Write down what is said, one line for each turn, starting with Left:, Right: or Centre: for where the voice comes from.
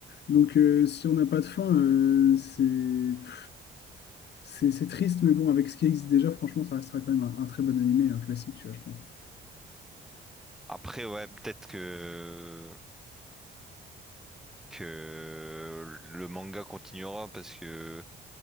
Left: Donc, euh, si on n'a pas de fin, euh, c'est pff, c'est c'est triste, mais bon, avec ce qui existe déjà, franchement, ça restera quand même un, un très bon animé, un classique, tu vois, je pense.
Centre: Après, ouais, peut-être que que le manga continuera parce que